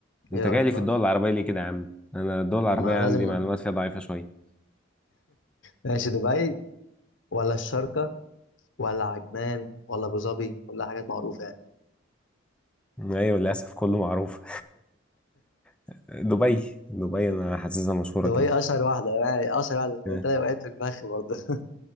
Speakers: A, in the centre; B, on the left (about 70°).
A: انت
B: ايه رايك
A: جاي لي
B: بقى
A: في الدول العربية ليه كده يا عم انا الدول العربية
B: ما
A: عندي
B: لازم
A: معلومات
B: أ-
A: فيها ضعيفة شوية
B: ماشي دبي ولا الشارقه ولا عجمان ولا ابو ظبي كلها حاجات معروفه يعني
A: ايوه للأسف كله معروف <laughs> دبي دبي انا حاسسها مشهورة
B: دبي
A: كده
B: اشهر واحده يعني اشهر واحده
A: اه.
B: انت وقعت في الفخ برضه <laughs>